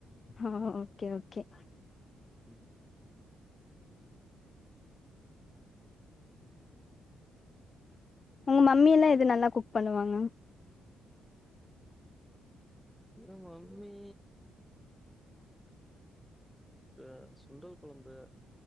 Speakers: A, on the left; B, in the centre.
A: ஆஹ ஓகே ஓகே
B: ம்
A: உங்க மம்மி எல்லா எது நல்லா குக் பண்ணுவாங்க
B: எ மம்மி இந்த சுண்டல் கொழம்பு